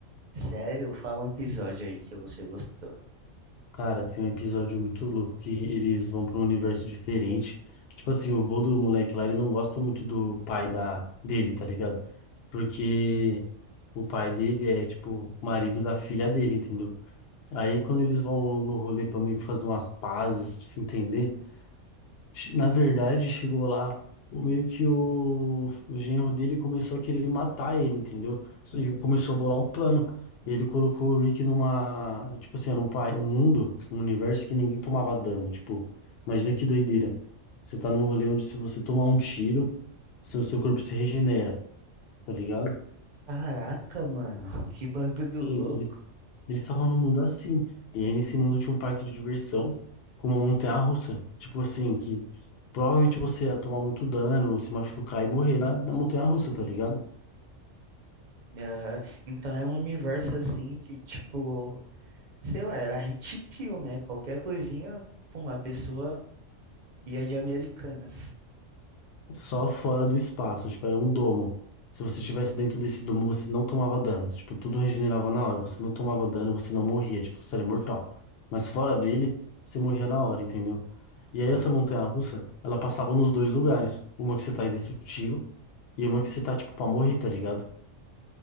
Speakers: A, on the right; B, on the left.
A: Sério? Fala um episódio aí que você gostou.
B: Cara, tem um episódio muito louco que eles vão pra um universo diferente, que, tipo assim, o vô do moleque lá, ele não gosta muito do pai da dele, tá ligado? Porque o pai dele é, tipo, marido da filha dele, entendeu? Aí quando eles vão no rolê pra meio que fazer umas pazes, pra se entender, che- na verdade chegou lá, o meio que o, o genro dele começou a querer matar ele, entendeu? Ele começou a bolar um plano. Ele colocou o Rick numa, tipo assim, era um pai, um mundo, um universo que ninguém tomava dano, tipo, imagina que doideira. Você tá num rolê onde se você tomar um tiro, seu, seu corpo se regenera, tá ligado?
A: Caraca, mano, que bagulho
B: E
A: louco.
B: eles eles estavam num mundo assim. E aí nesse mundo tinha um parque de diversão com uma montanha-russa. Tipo assim, que provavelmente você ia tomar muito dano, se machucar e morrer na, na montanha-russa, tá ligado?
A: Aham. Então era um universo assim que, tipo, sei lá, era hit kill, né? Qualquer coisinha, pum, a pessoa ia de Americanas.
B: Só fora do espaço, tipo, era um domo. Se você estivesse dentro desse domo, você não tomava dano. Tipo, tudo regenerava na hora. Você não tomava dano, você não morria. Tipo, você era imortal. Mas fora dele, você morria na hora, entendeu? E
A: Ah.
B: aí essa montanha-russa, ela passava nos dois lugares. Uma que você tá indestrutível e uma que você tá, tipo, pra morrer, tá ligado?